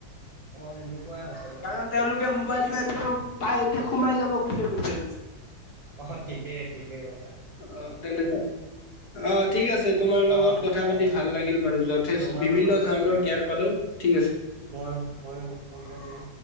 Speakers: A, on the right; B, on the left.
A: অ, সেনেকুৱাই হৈছে মানে।
B: কাৰণ তেওঁলোকে মোবাইলটো একদম পাই এতিয়া সোমাই যাব খোজে মোবাইলত।
A: অ, ঠিকেই-ঠিকেই কৈছা।
B: অ, তেনেকুৱা অ ঠিক আছে তোমাৰ লগত
A: অহ
B: কথা
A: অহ
B: পাতি ভাল লাগিল বাৰু। য'ত
A: তোমাৰ
B: বিভিন্ন
A: লগতো পাতিলা
B: ধৰণৰ জ্ঞান পালো ঠিক আছে।
A: মই ময়ো হ'ব দিয়া।